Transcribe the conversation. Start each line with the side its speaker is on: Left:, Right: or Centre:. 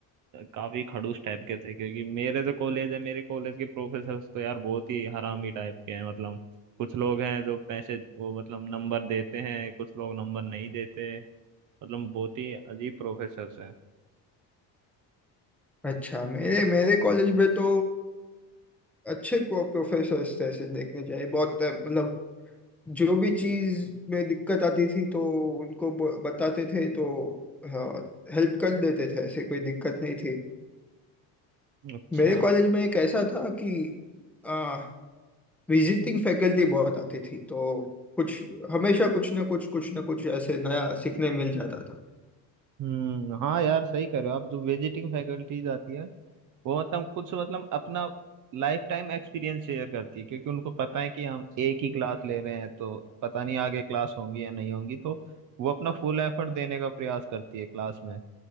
Right: काफी खड़ूस टाइप के थे क्योंकि मेरे जो कॉलेज है मेरे कॉलेज के प्रोफेसर्स तो यार बहुत ही हरामी टाइप के हैं मतलब कुछ लोग हैं जो पैसे वो मतलब नंबर देते हैं कुछ लोग नंबर नहीं देते मतलब बहुत ही अजीब प्रोफेसर्स हैं
Centre: अच्छा मेरे मेरे कॉलेज में तो अच्छे को प्रोफेसर्स थे ऐसे देखने जाए बहुत मतलब जो भी चीज में दिक्कत आती थी तो उनको ब- बताते थे तो हाँ हेल्प कर देते थे ऐसे कोई दिक्कत नहीं थी
Right: अच्छा
Centre: मेरे कॉलेज में एक ऐसा था कि आ, विजिटिंग फैकल्टी बहुत आती थी तो कुछ हमेशा कुछ ना कुछ कुछ ना कुछ ऐसे नया सीखने मिल जाता था
Right: हम्म हाँ यार सही कह रहे हो आप जो विजिटिंग फैकल्टीज आती है वो मतलब कुछ मतलब अपना लाइफ टाइम एक्सपीरियंस शेयर करती है क्योंकि उनको पता है कि हम एक ही क्लास ले रहे हैं तो पता नहीं आगे क्लास होंगी या नहीं होंगी तो वो अपना फुल एफर्ट देने का प्रयास करती है क्लास में